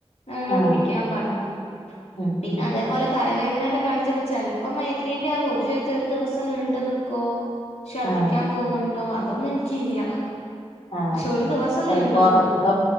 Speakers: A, on the left; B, on the left.
A: ങ്ങനെ
B: ആഹ്
A: കുടിക്കാപർഞ്
B: ഉം
A: പിന്നെ
B: ഉം
A: അതേപോലെ തലവേദ <unintelligible> കാണിച്ചപ്പോ ചെലപ്പം മൈഗ്രൈന്റാവും ഓര് ചോയ്ച്ച് ഒരു ദിവസം നീണ്ട് നിക്കോ ശർദ്ദിക്കാൻ
B: ആഹ്
A: തോന്നുന്നുണ്ടോ അതൊന്നും എനിക്കില്ല
B: ആഹ്
A: പക്ഷെ ഒരു ദിവസം
B: ചെലപ്പോ
A: നീണ്ട്നിക്കു
B: ഒറക്കം